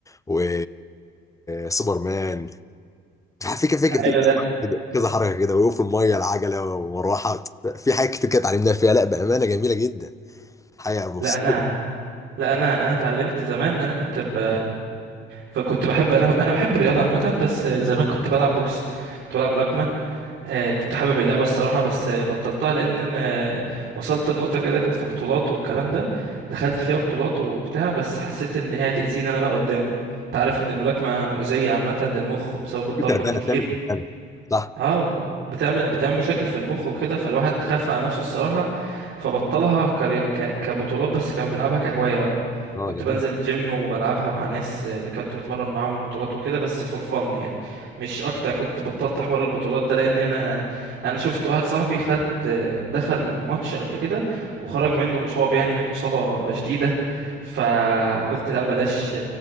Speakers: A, on the left (about 15°); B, on the right (about 75°).
A: و... سوبرمان في كده في
B: ده
A: كده
B: حلو
A: في
B: ده
A: كده كذا حركه كده ولو في الميه العجله والمروحه في حاجات كتير كده اتعلمناها فيها لا بامانه جميله جدا حاجه مبسوط
B: لا انا لا انا انا اتعلمت زمان انا كنت ب... فكنت بحب انا انا بحب الرياضة عامة بس زمان كنت بلعب بوكس كنت بلعب ملاكمة آه، كنت حابب اللعبة الصراحة بس آه، بطلتها لأن أنا آه، وصلت لنقطة كده كانت في بطولات والكلام ده دخلت فيها بطولات وبتاع بس حسيت إن هي هتأذيني أنا بقى قدام أنت عارف إن الملاكمة مؤذية عامة للمخ بسبب الضرب
A: في تربانه
B: الكتير
A: بتعمل تربانه صح
B: اه بتعمل بتعمل مشاكل في المخ وكده فالواحد خاف على نفسه الصراحة فبطلها كري... ك... كبطولات بس كان بيلعبها كهواية بقى
A: اه
B: كنت
A: جميل
B: بنزل جيم وبلعبها مع ناس اللي كنت بتمرن معاهم البطولات وكده بس فور فن يعني مش اكتر كنت بطلت حوار البطولات ده لان انا انا شفت واحد صاحبي خد دخل ماتش قبل كده وخرج منه مصاب يعني منه اصابة شديدة فقلت لا بلاش